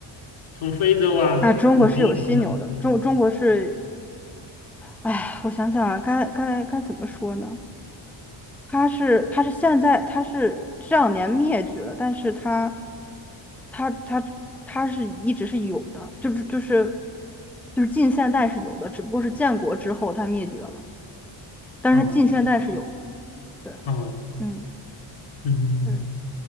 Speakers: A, on the left; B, in the centre.
A: 从非洲啊、
B: 啊，中国是有犀牛的，
A: 南亚什么的。
B: 中中国是，哎，我想想啊，该该该怎么说呢？它是它是现在它是这两年灭绝了，但是它它它它是一直是有的，就是就是就是近现代是有的，只不过是建国之后它灭绝了，但是它近现代是有的。
A: 哦
B: 对。
A: 哦，
B: 嗯，
A: 嗯。
B: 是，